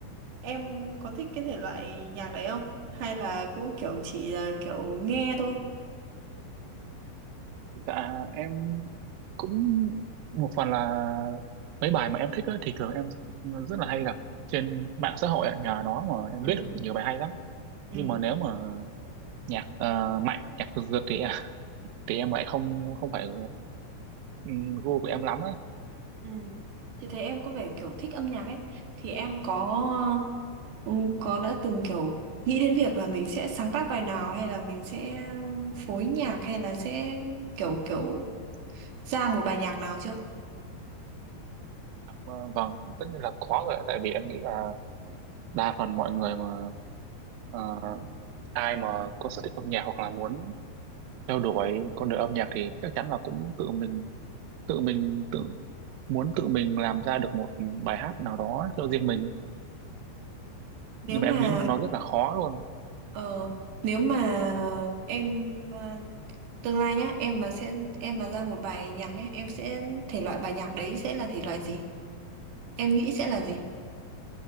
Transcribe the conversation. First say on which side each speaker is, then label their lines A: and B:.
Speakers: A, on the right; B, on the right.
A: em có thích cái thể loại nhạc đấy không? Hay là cũng kiểu chỉ là kiểu nghe thôi?
B: dạ em cũng một phần là mấy bài mà em thích á, thì thường em rất là hay gặp trên mạng xã hội ạ, nhờ nó mà em
A: Ừ.
B: biết được nhiều bài hay lắm
A: Ừ.
B: nhưng mà nếu mà nhạc ờ, mạnh nhạc giật giật thì em thì em lại không không phải ừ, gu của em lắm á
A: Ừ. Chị thấy em có vẻ kiểu thích âm nhạc ấy. Thì em có Ừ, Có đã từng kiểu nghĩ đến việc là mình sẽ sáng tác bài nào hay là mình sẽ phối nhạc hay là sẽ kiểu kiểu ra một bài nhạc nào chưa?
B: Ờ, vâng tất nhiên là có rồi ạ. tại vì em nghĩ là đa phần mọi người mà ờ, ai mà có sở thích âm nhạc hoặc là muốn theo đuổi con đường âm nhạc thì chắc chắn là cũng tự mình tự mình tự muốn tự mình làm ra được một bài hát nào đó cho riêng mình
A: Nếu
B: nhưng
A: mà
B: mà em nghĩ nó rất là khó luôn
A: ờ, nếu mà em à, tương lai nhá, em mà sẽ em mà ra một bài nhạc nhé, em sẽ thể loại bài nhạc đấy sẽ là thể loại gì? Em nghĩ sẽ là gì?